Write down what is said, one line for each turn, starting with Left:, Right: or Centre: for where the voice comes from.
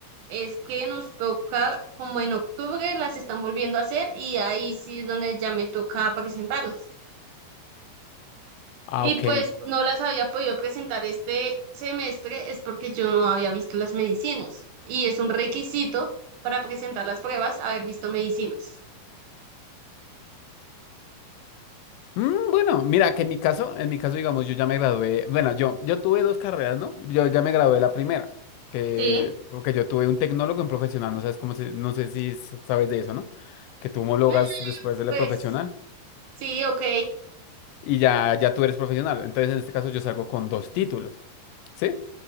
Right: es que nos toca, como en octubre, las están volviendo a hacer y ahí sí es donde ya me toca presentarlas.
Left: Ah,
Right: Y
Left: ok.
Right: pues no las había podido presentar este semestre es porque yo no había visto las medicinas. Y es un requisito para presentar las pruebas haber visto medicinas.
Left: Mm, bueno, mira, que en mi caso, en mi caso, digamos, yo ya me gradué. Bueno, yo, yo tuve dos carreras, ¿no? Yo ya me gradué de la primera, que,
Right: Sí,
Left: porque yo tuve un tecnólogo en profesional. No sabes cómo se- no sé si s- sabes de eso, ¿no? Que tú homologas
Right: Eh,
Left: después de la
Right: pues
Left: profesional
Right: sí, ok.
Left: y ya, ya tú eres profesional. Entonces, en este caso, yo salgo con dos títulos. ¿sí?